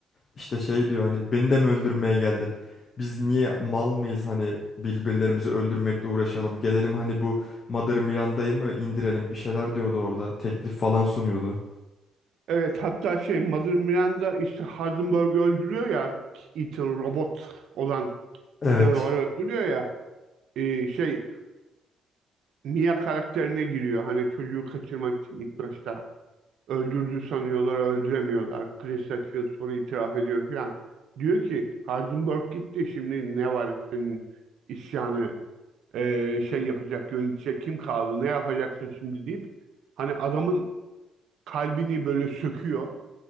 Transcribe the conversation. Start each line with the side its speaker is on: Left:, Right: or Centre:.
Left: İşte şey diyor hani beni de mi öldürmeye geldin? Biz niye mal mıyız hani birbirlerimizi öldürmekle uğraşalım. Gelelim hani bu Mother Miranda'yı mı indirelim bir şeyler diyordu orada. Teklif falan sunuyordu.
Right: Evet hatta şey Mother Miranda işte Heisenberg'i öldürüyor ya Ethan robot olan
Left: Evet.
Right: canavarı öldürüyor ya e, şey Mia karakterine giriyor. Hani çocuğu kaçırmak için ilk başta öldürdü sanıyorlar öldüremiyorlar. Chris Redfield sonra itiraf ediyor falan. Diyor ki Heisenberg gitti şimdi ne var senin isyanı e, şey yapacak yönetecek kim kaldı ne yapacaksın şimdi deyip hani adamın kalbini böyle söküyor